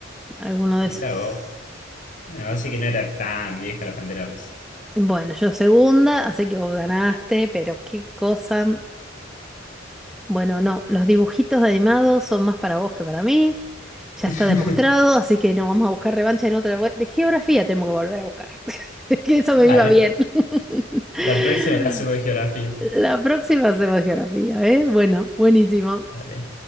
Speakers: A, in the centre; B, on the left.
A: alguno de
B: Mirá
A: esos.
B: vos. No, así que no era tan vieja la Pantera Rosa.
A: Bueno, yo segunda, así que vos ganaste, pero qué cosa. mm, Bueno, no, los dibujitos de animados son más para vos que para mí. Ya
B: <laughs>
A: está demostrado, así que no vamos a buscar revancha en otra. De geografía tenemos que volver a buscar. <laughs> Que eso me
B: Dale,
A: iba bien. <laughs>
B: la próxima la hacemos de geografía.
A: La próxima hacemos geografía, ¿eh? Bueno, buenísimo.
B: Dale.